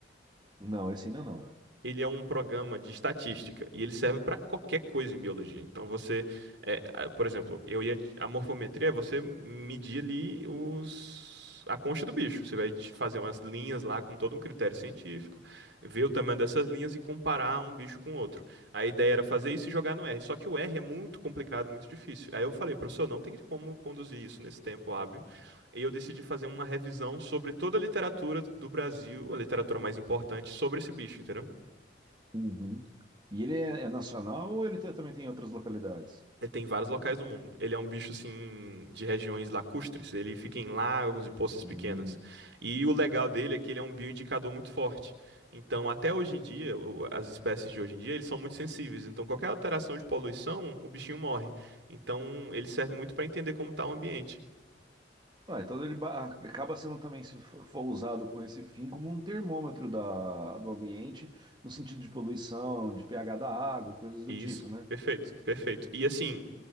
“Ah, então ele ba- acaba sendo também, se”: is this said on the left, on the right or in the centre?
Right